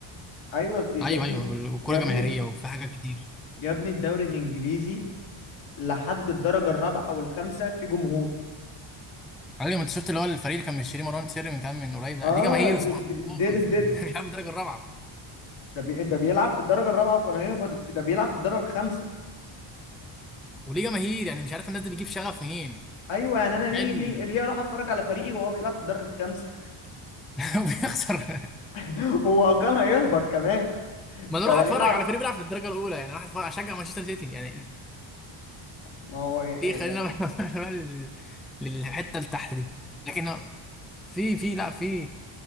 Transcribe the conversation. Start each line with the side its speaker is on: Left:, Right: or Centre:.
Left: ايوه دي-
Centre: ايوه
Left: يا ابني
Centre: ايوه الكورة
Left: يا ابني
Centre: جماهيرية وفي حاجات كتير
Left: يا ابني الدوري الانجليزي لحد الدرجه الرابعه والخامسه في جمهور
Centre: علي ما انت شفت اللي هو الفريق اللي كان مشتري مروان سري من كام من قريب ده
Left: اه
Centre: ليه جماهير سبحان
Left: دي,
Centre: الله في- في-
Left: دي,
Centre: <laughs> بيلعب الدرجة الرابعة
Left: ده بي... ده بيلعب في الدرجة الرابعة وكان هيهبط ده بيلعب في الدرجة الخامسة
Centre: وليه جماهير يعني مش عارف الناس دي بتجيب شغف منين
Left: ايوه يعني انا ليه
Centre: لا ال-
Left: ليه ليه اروح اتفرج على فريقي وهو بيلعب في الدرجة الخامسة
Centre: <laughs> وبيخسر
Left: <laughs> وهو كان هيهبط كمان
Centre: ما انا
Left: كان
Centre: اروح اتفرج
Left: هيلعب
Centre: على فريق بيلعب في الدرجة الأولى يعني اروح أتفرج- اشجع مانشستر سيتي يعني
Left: ما هو إيه،
Centre: دي
Left: إيه،
Centre: خلينا بقى <laughs> إحنا بقى لل- للحته اللي تحت دي لكن في في لا في